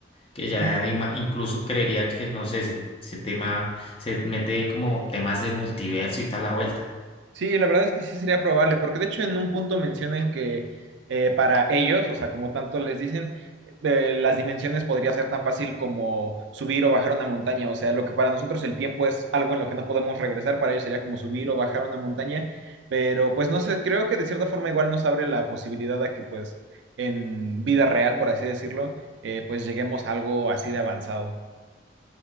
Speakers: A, on the left; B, on the right.
A: que ya
B: Sí,
A: de ima- incluso creería que, no sé, ese, ese tema se mete como temas de multiverso y tal la vuelta.
B: Sí, la verdad es que sí sería probable, porque de hecho en un punto mencionan que eh, para ellos, o sea, como tanto les dicen, eh, las dimensiones podría ser tan fácil como subir o bajar una montaña, o sea, lo que para nosotros el tiempo es algo en lo que no podemos regresar, para ellos sería como subir o bajar una montaña, pero pues no sé, creo que de cierta forma igual nos abre la posibilidad a que pues en vida real, por así decirlo, eh, pues lleguemos a algo así de avanzado.